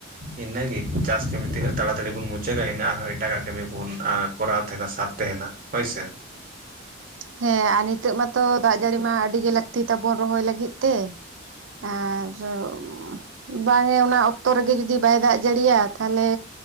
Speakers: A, on the right; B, on the right.
A: ᱤᱱᱟᱹᱜᱮ ᱪᱟᱥ ᱠᱟᱹᱢᱤ ᱛᱤᱱᱟᱹᱜ ᱛᱟᱲᱟᱛᱟᱲᱤ ᱵᱚᱱ ᱢᱩᱪᱟᱹᱫᱼᱟ, ᱤᱱᱟᱹᱜ ᱟᱨᱦᱚᱸ ᱮᱴᱟᱜᱟᱜ ᱠᱟᱹᱢᱤ ᱵᱚᱱ ᱟᱨ ᱠᱚᱨᱟᱣ ᱛᱟᱦᱮᱱᱟ ᱥᱟᱵ ᱛᱟᱦᱮᱱᱟ ᱦᱳᱭᱥᱮ।
B: ᱦᱮᱸ ᱟᱨ ᱱᱤᱛᱚᱜ ᱢᱟᱛᱚ ᱫᱟᱜ ᱡᱟᱹᱲᱤ ᱢᱟ ᱟᱹᱰᱤ ᱜᱮ ᱞᱟᱹᱠᱛᱤ ᱛᱟᱵᱚᱱ ᱨᱚᱦᱚᱭ ᱞᱟᱹᱜᱤᱫ ᱛᱮ ᱾ <unintelligible> ᱵᱟᱝ ᱮ ᱚᱱᱟ ᱚᱠᱛᱚ ᱨᱮᱜᱮ ᱡᱩᱫᱤ ᱵᱟᱭ ᱫᱟᱜ ᱡᱟᱹᱲᱤᱭᱟ ᱛᱟᱦᱚᱞᱮ